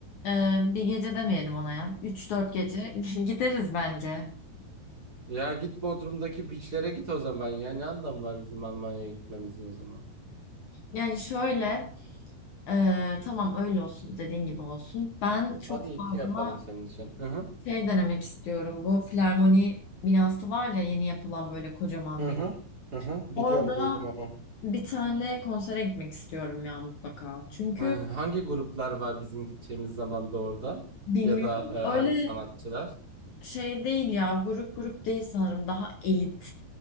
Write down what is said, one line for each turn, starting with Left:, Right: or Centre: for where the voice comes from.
Left: ee, bir gece demeyelim ona ya üç dört gece <laughs> gideriz bence.
Right: Ya git Bodrum'daki beachlere git o zaman ya ne anlamı var bizim Almanya'ya gitmemizin o zaman.
Left: Yani şöyle ee, tamam öyle olsun dediğin gibi olsun. Ben çok
Right: Hadi iki
Left: fazla
Right: yapalım senin için. Hı hı.
Left: şey denemek istiyorum bu Filarmoni binası var ya yeni yapılan böyle kocaman
Right: Hı
Left: bir.
Right: hı. Hı hı.
Left: Orada
Right: Biliyorum duydum onu.
Left: bir tane konsere gitmek istiyorum ya mutlaka. Çünkü
Right: Ha, Hangi gruplar var bizim gideceğimiz zamanda orada?
Left: Bilmiyorum.
Right: Ya da e, hangi
Left: Öyle
Right: sanatçılar?
Left: şey değil ya. Grup grup değil sanırım. Daha elit